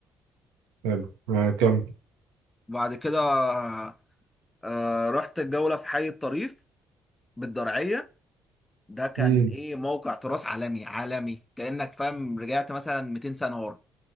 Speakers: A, on the right; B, on the left.
A: حلو آه، كم
B: بعد كده آه، آه، رحت الجولة في حي الطريف بالدرعية ده كان
A: مم.
B: ايه موقع تراث عالمي عالمي كأنك فاهم رجعت مثلا 200 سنة ورا